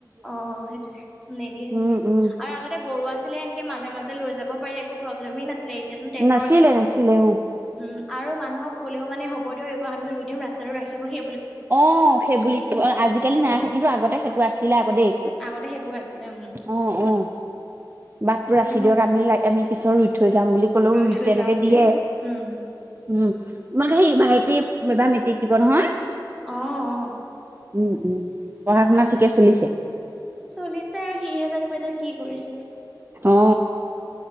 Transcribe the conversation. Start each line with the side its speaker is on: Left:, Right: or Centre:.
Centre: অ সেইটোৱে। নিদিয়ে,
Right: উম
Centre: নিদিয়ে।
Right: উম
Centre: আৰু আগতে গৰু আছিলে এনেকে মাজে মাজে লৈ যাব পাৰি। একো প্ৰব্লেমেই নাছিলে। এতিয়াতনো ট্ৰেক্টৰ
Right: নাছিলে
Centre: হে
Right: নাছিলে উম
Centre: উম আৰু মানুহক ক'লেও মানে হ'ব দিয়। ক আমি ৰুই দিম ৰাস্তাটো ৰাখিব হি।
Right: অহ সেই বুলি আজিকালি নাই কিন্তু আগতে সেইটো আ। চিলাব দেই
Centre: আগতে সেইবোৰ আছিলে উম।
Right: অহ অহ। বাটটো
Centre: আজিকালি
Right: ৰাখি দিয়ক
Centre: মানুহ
Right: আমি আমি পিছত ৰুই থৈ যাম বুলি কলেও ৰুই
Centre: থৈ
Right: তেনেকে
Centre: যাম বুলি
Right: দিয়ে।
Centre: উম
Right: উম তোমালোকে সেই ভাইটি এবা মেট্ৰিক দিব নহয়।
Centre: অ অ।
Right: উম উম পঢ়া শুনা ঠিকে চলিছে।
Centre: চলিছে আৰু সিহে জানিব এতিয়া কি কৰিছে।
Right: অ